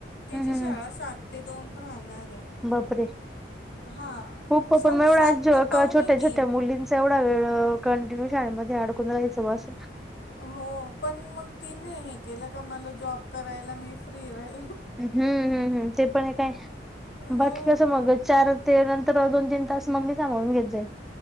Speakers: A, on the left; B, in the centre.
A: तिची
B: हम्म हम्म
A: शाळा सात ते दोन राहणार. आहे
B: बापरे!
A: हां
B: खूप
A: सॉरी
B: पण मग
A: सात
B: एवढा
A: ते पावणे
B: छोट्या
A: तीन
B: छोट्या मुलींचा एवढा वेळ कंटिन्यू शाळेमध्ये अडकून रायचं बसून.
A: हो. पण मग तिने हे केलं का. मला जॉब करायला मी फ्री राहीलं.
B: हम्म. हम्म. हम्. ते पण हे काय
A: हो
B: बाकी कस. मग चार ते नंतर. तर दोन तीन तास मम्मी सांभाळून घेत जाईल.